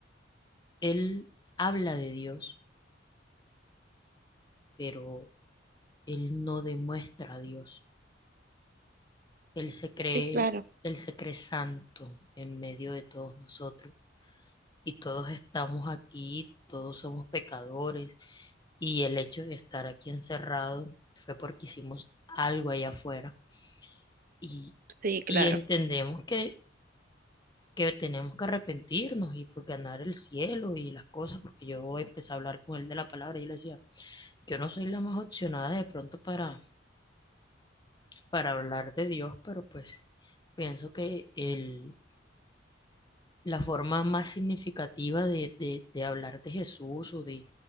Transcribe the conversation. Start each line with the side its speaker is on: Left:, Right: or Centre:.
Left: él habla de Dios, pero él no demuestra a Dios. Él se cree,
Right: Sí, claro.
Left: él se cree santo en medio de todos nosotros. Y todos estamos aquí, todos somos pecadores. Y el hecho de estar aquí encerrado fue porque hicimos algo allá afuera y,
Right: Sí, claro.
Left: y entendemos que, que tenemos que arrepentirnos y por ganar el cielo y las cosas, porque yo empecé a hablar con él de la palabra y yo le decía, yo no soy la más opcionada de pronto para, para hablar de Dios, pero pues pienso que el, la forma más significativa de, de, de hablar de Jesús o de,